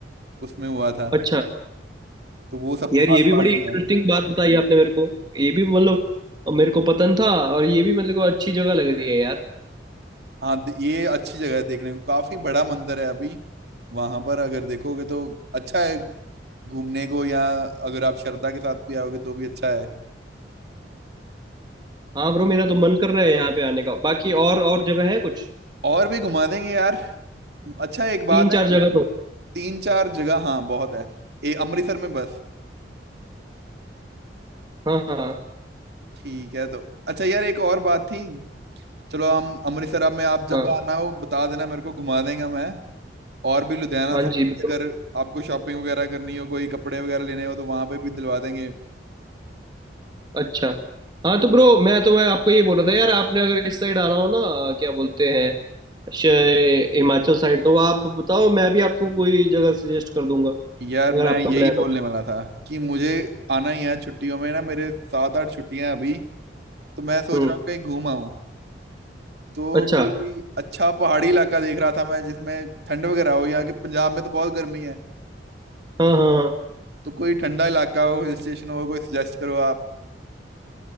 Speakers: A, on the right; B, on the right.
A: उसमें हुआ था
B: अच्छा
A: तो वो सब
B: यार
A: आसपास
B: ये भी बड़ी इंटरेस्टिंग
A: ही है
B: बात बताई आपने मेरे को ये भी मतलब मेरे को पतन था और ये भी मतलब को अच्छी जगह लग रही है यार
A: हाँ द- ये अच्छी जगह है देखने को काफी बड़ा मंदिर है अभी वहां पर अगर देखोगे तो अच्छा है घूमने को या अगर आप श्रद्धा के साथ भी आओगे तो भी अच्छा है
B: हाँ ब्रो मेरा तो मन कर रहा है यहाँ पे आने का बाकी और और जगह है कुछ
A: और भी घुमा देंगे यार अच्छा एक बात
B: तीन चार
A: है
B: जगह तो
A: तीन चार जगह हाँ बहुत है ए अमृतसर में बस
B: हाँ हाँ
A: ठीक है तो अच्छा यार एक और बात थी चलो हम अमृतसर आप- में आप जब
B: हाँ
A: आना हो बता देना मेरे को घुमा देंगे मैं और भी लुधियाना
B: हाँ
A: साइड
B: जी ब्रो
A: भी अगर आपको शॉपिंग वगैरह करनी हो कोई कपड़े वगैरह लेने हो तो वहां पे भी दिलवा देंगे
B: अच्छा हाँ तो ब्रो मैं तो मैं आपको ये बोल रहा था यार आपने अगर इस साइड आना हो ना क्या बोलते हैं श- हिमाचल साइड तो आप बताओ मैं भी आपको कोई जगह सजेस्ट कर दूंगा
A: यार
B: अगर
A: मैं
B: आपका
A: यही
B: प्लान
A: बोलने
B: हो
A: वाला था कि मुझे आना ही है छुट्टियों में ना मेरे सात आठ छुट्टियां हैं अभी तो मैं सोच
B: हम्म
A: रहा हूँ कहीं घूम आऊं तो
B: अच्छा
A: कोई अच्छा पहाड़ी इलाका देख रहा था मैं जिसमें ठंड वगैरह हो यहाँ के पंजाब में तो बहुत गर्मी है
B: हाँ हाँ हाँ
A: तो कोई ठंडा इलाका हो हिल स्टेशन हो कोई सजेस्ट करो आप